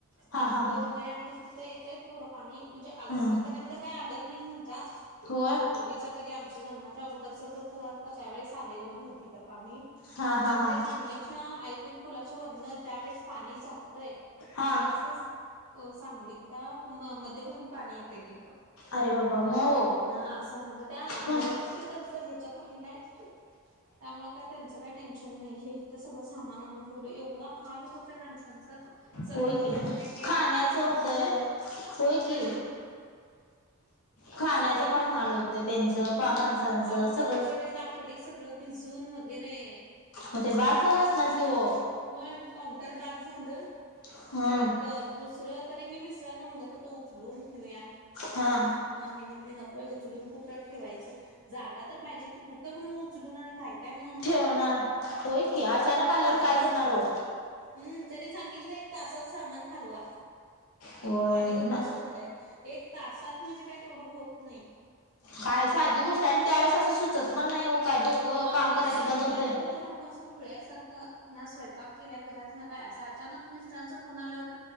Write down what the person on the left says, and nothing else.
हा हा हा
हा
होय.
हा हा
हा
हा
अरे बाबा मऊ
मग
होय की
खाण्याचं
होतय होय
की खाण्याचं
पण हाल होतय त्यांचं
माणसांचं
सगळं
मग ते बाद झालं असणार की ओ?
हा
हा
ठेवणार होय की अचानक आल्यावर
काय करणार ओ?
होय
ना
काय साधी गोष्ट आहे आणि त्यावेेळेस असं सुचत पण नाही हो काय डोकं
काम करायचं
बंद होतय.